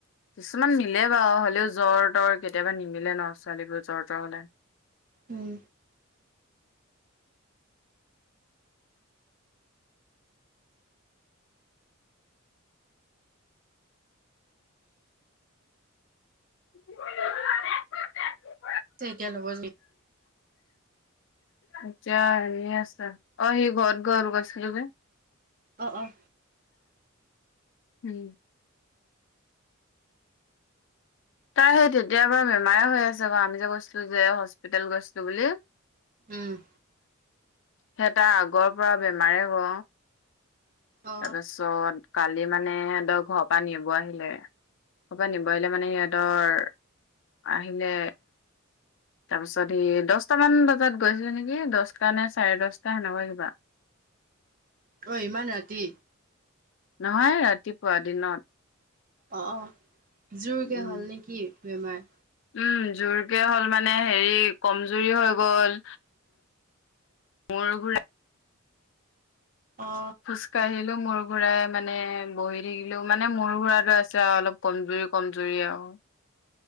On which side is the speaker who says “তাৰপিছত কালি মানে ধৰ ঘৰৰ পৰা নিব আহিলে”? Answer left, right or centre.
Left